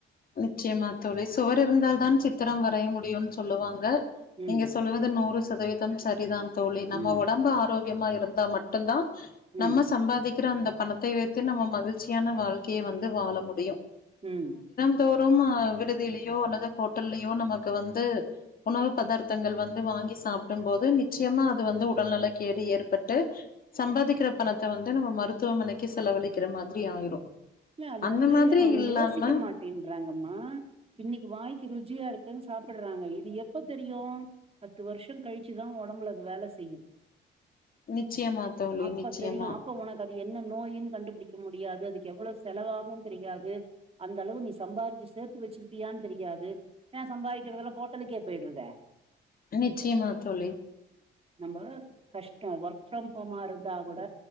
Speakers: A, on the left; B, on the right.
A: நிச்சயமா தோழி சுவர் இருந்தாலா தான் சித்திரம் வரைய முடியு சொல்லுவாங்க
B: ம்
A: நீங்க சொல்லுவது நூறு சதவிதம் சரிதான் தோழி நம்ம
B: ம்
A: ஒடம்ப ஆரோ முக்கியமா இருந்தா மட்டுந்தா
B: ம்
A: நம்ம சம்பாதிக் அந்த பணத்தை வைத்து நம்ம மகிழ்ச்சியான வாழ்க்கைய வந்து வாழ முடியும்
B: உம்
A: தோறம் அஹ் விடுதியிலேயோ அல்லது ஹோட்டல்லயோ நமக்கு வந்து உணவு பதார்த்தங்கள் வந்து வாங்கி சாப்பிடும் போது நிச்சயமா அது வந்து உடல்நலக்கேடு ஏற்பட்டு சம்பாதிக்கிற பணத்த வந்து நம்ம மருத்துவமனைக்கு செலவழிக்கிற மாதிரி ஆயிரும்
B: இல்ல அது
A: அந்த
B: வந்து
A: மாதிரி
B: நம்ம
A: இல்லாம
B: யோசிக்க மாட்டேங்கு ங்கம்மா இன்னைக்கு வாய்க்கு ருஜியா இருக்குன்னு சாப்பிடுறாங்க இது எப்ப தெரியு பத்து வருஷம் கழிச்சுதா ஒடம்புல அது வேல செய்யு
A: நிச்சயமா தோழி
B: அப்ப
A: நிச்சயமா
B: தெரியு அப்ப உனக்கு என்ன நோய் கண்டுபிடிக்க முடியாது அதுக்கு எவ்வளவு செலவாகுன் தெரியாது அந்த அளவு நீ சம்பாதிச்சு சேத்து வச்சிருப்பியான்னு தெரியாது ஏன் சம்பாக்கிறது எல்லாம்ஹோட்டலுேகே போய்டுறத
A: நிச்யமா தோழி
B: நம்ப கஷ்டோ ஒர்க் ஃப்ரம் ஹோமா இருந்தா கூட